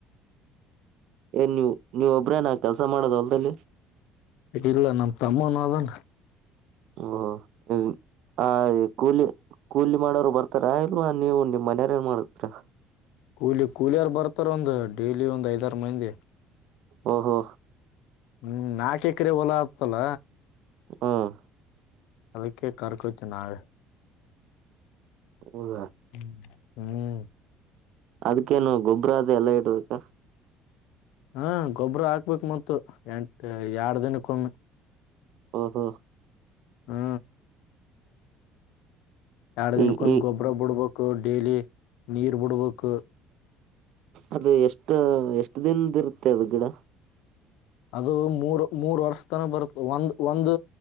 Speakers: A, on the right; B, on the left.
A: ಏನ್ ನೀವು ನೀವ್ ಒಬ್ರ ನಾವ ಕೆಲ್ಸ ಮಾಡೋದು ಹೊಲ್ದಲ್ಲಿ
B: ಇಲ್ಲ ನಮ್ಮ ತಮ್ಮನ ಅದಾನ
A: ಓ ಆ ಕೂಲಿ ಕೂಲಿ ಮಾಡೋರು ಬರ್ತಾರಾ ಇಲ್ವಾ ನೀವು ನಿಮ್ಮ್ ಮನೆಯವ ಏನ್ ಮಾಡತರಾ
B: ಕೂಲಿ ಕೂಲಿಯಾರ ಬರ್ತಾರ ಒಂದು ಡೈಲಿ ಒಂದ ಐದಾರ ಮಂದಿ
A: ಓಹೋ
B: ಹ್ಮ್ ನಾಲ್ಕು ಎಕರೆ ಹೊಲಾ ಆಗ್ತಲ್ಲ
A: ಹ್ಮ್
B: ಅದಕ್ಕೆ ಕರ್ಕೋತು ನಾವೆ
A: ಹದ
B: ಹ್ಮ ಹ್ಮ್
A: ಅದ್ಕೇನು ಗೊಬ್ಬರ ಅದು ಎಲ್ಲಾ ಇಡ್ಬೇಕಾ
B: ಹಾ ಗೊಬ್ಬ್ರ ಹಾಕ್ಬೇಕಕ್ ಮ ಎಂಟ ಎರಡ್ ದಿನಕ್ಕೊಮ್ಮೆ
A: ಹ ಹಾ
B: ಹ್ಮ ಎರಡು ದಿನಕ್ಕೊಂದು
A: ಈ ಈ
B: ಗೊಬ್ಬರ ಬಿಡ್ಬೇಕು ಡೇಲಿ ನೀರ್ ಬಿಡ್ಬೇಕು
A: ಅದು ಎಷ್ಟು ಎಷ್ಟು ದನ್ದ ಇರುತ್ತೆ ಅದು ಗಿಡ
B: ಅದು ಮೂರ್ ಮೂರ್ ವರ್ಷ ತನ ಬರುತ್ತ ಒಂದ್ ಒಂದ್